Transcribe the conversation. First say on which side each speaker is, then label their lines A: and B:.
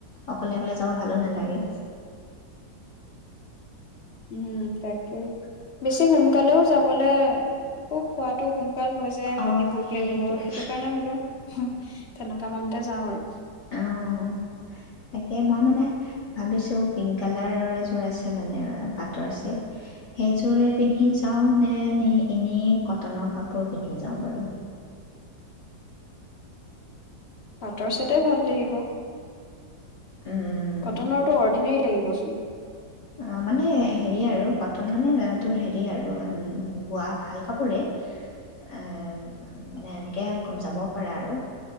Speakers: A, on the left (about 60°); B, on the left (about 35°).
A: অকলে অকলে যাব ভালো নালাগে।
B: উম তাকেই। বেছি সোনকালেও যাবলৈ হয় আকৌ খোৱাতটো সোনকাল হৈ যায় ৰাতি
A: অঁ
B: ভোক
A: সেইটোৱে
B: লাগিব সেইটো কাৰণে বোলো তেনেকুৱা মানতে যাওঁ আৰু।
A: অঁ তাকে মই মানে ভাবিছো পিংক কালাৰৰ এযোৰ আছে মানে পাটৰ চিট সেইযোৰে পিন্ধি যাও নে ন এনে কট কটনৰ কাপোৰ পিন্ধি যাওঁ বাৰু।
B: পাটৰ চেটে ভাল লাগিব।
A: উম,
B: কটনৰতটো অৰ্ডিনেৰিী লাগিব <unintelligible> চ
A: অ মানে হেৰি আৰু কটন মানে তোৰ হেৰি আৰু বোৱা ভাল কাপোৰে এ মানে এনেকে যাব পাৰা আৰু